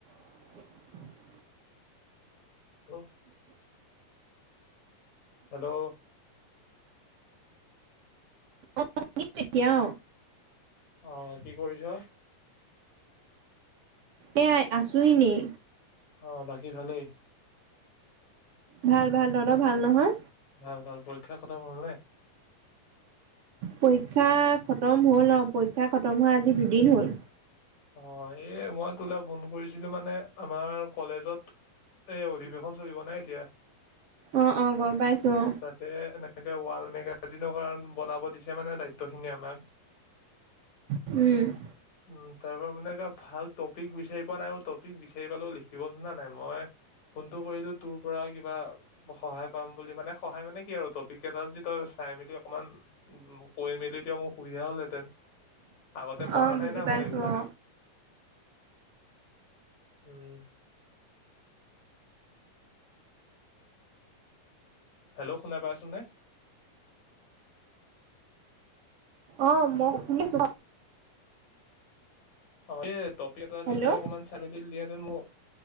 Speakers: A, on the right; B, on the left.
A: উ <unintelligible>
B: বহ। হেল্ল'।
A: অ তুমি তেতিয়া।
B: অহ কি কৰিছ।
A: এয়াই আছো এনেই।
B: অ বাকী ভালেই।
A: ভাল ভাল তহত ভাল নহয়।
B: ভাল ভাল পৰীক্ষাৰ খটম হ'লনে।
A: পৰীক্ষা খতম হ'ল ন পৰীক্ষা খতম হোৱা আজি দুদিন হ'ল।
B: অ এই মই তোলে ফোন কৰিছিলো মানে আমাৰ কলেজত এই অধিবেশন চলিব নাই এতিয়া
A: অ অ গম পাইছো
B: উ
A: অ
B: তাতে এনেকে ৱাল মেগাজিনৰ কাৰণ বনাব দিছে মানে দায়িত্ব খিনি আমাক
A: উম
B: উম তাৰ পৰা মানে ভাল টপিক বিচাৰি পোৱা নাই টপিক বিচাৰি পালেও লিখিব জনা নাই মই ফোনটো কৰিলো তোৰ পৰা কিবা সহায় পাম বুলি মানে সহায় মানে কি আৰু টপিক এটা যে তই চাই মেলি অকমান কৈ মেলি দিয় মোৰ সুবিধা হ'ল হেতেন আগতে কৰা
A: অ বুজি
B: নাই না
A: পাইছো
B: মই এইবিলাক
A: অ
B: উম হেল্ল' শুনাাই পাইছোন নে
A: অ ম শুনিছো
B: অ এই টপি এটা
A: হেল্ল'
B: যদি অকমান চাইমিলদিলিহেতেন মোক